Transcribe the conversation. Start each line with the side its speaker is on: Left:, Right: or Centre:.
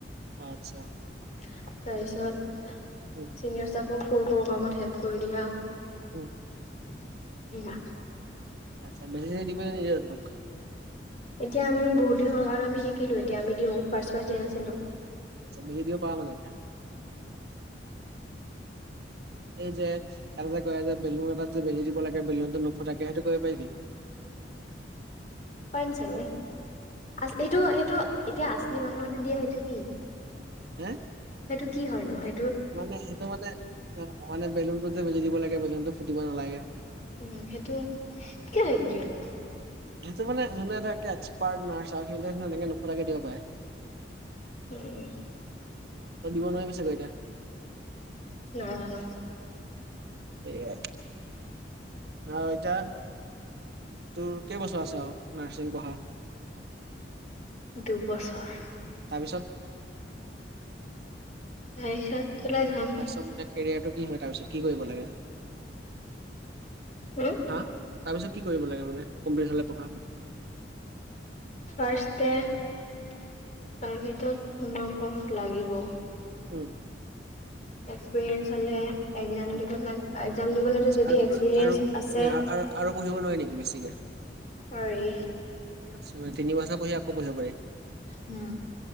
Right: অ আচ্ছা
Left: তাৰপিছত
Right: উম
Left: চিনিয়ৰ ষ্টাফক সৰু সৰু কামত হেল্প কৰি দিয়া
Right: উম
Left: সেয়া
Right: আচ্ছাে বেজি চেজি দিব দিয়ে নে নিদিয়ে তহতক
Left: এতিয়া আমি বহুদিন হোৱাৰ কাৰণ আমি শিকিলো এতিয়া আমি দিওঁ ফাৰ্ষ্ট ফাটস দিয়ো
Right: বেজি দিব পাৰ মানে এতিয়া এই যে এটাতে কয় যে বেলুন‌ এটাত যে বেজিটো লাগে বেলুয়নত নুফুটাকে সেইটো কৰিব পাৰি
Left: পাৰিম চাগে আ এইটো এইটো এতিয়া আচলি মানুহতে দিয়া সেটো কি
Right: হে
Left: সেইটো কি হয় নো সেই
Right: মানে সেইটো মানে অহ মানে বেলুনতো যে বেজি দিব লাগে বেলুনটো ফুটিব নালাগে
Left: উম সেইটো কিয় সেইতো দিয়ে নো
Right: সেইটো মানে যোনে ধৰক এক্সপাৰ্ট নাৰচাৰ সিহঁতে মানে এনেকে নোফুটাকে দিব পাৰে
Left: উম
Right: তই দিব নোৱাৰি গৈ এতিয়া
Left: নাজানো
Right: এয়াত আৰু এতিয়া তোৰ কেইবছৰ আছে আৰু নাৰ্ছিং পঢ়া
Left: দুবছৰ
Right: তাৰপিছত
Left: তাৰপিছত ওলাই যাম
Right: তাৰপিছত মানে কেৰিয়াৰটো কি হৈ তাৰ পিছত কি কৰিব লাগে
Left: উম
Right: হা তাৰপিছত কি কৰিব লাগে মানে কমপ্লিট হলে পঢ়া
Left: ফাষ্টটে প্ৰাইভেটত সোমাব লাগিব।
Right: উম
Left: এক্সপিৰিয়েঞ্চ হ'লে এক্সাম
Right: উম
Left: দিব লাগে একজাম দিব যদি
Right: আৰু
Left: এক্সপিৰিয়েঞ্চ
Right: আৰু
Left: আছে
Right: আৰু আৰু পঢ়িব নোৱাৰি নেকি বেছিকে
Left: পাৰি
Right: আচ্ছা তিনি বছৰ পঢ়ি আকৌ পঢ়িব পাৰি
Left: উম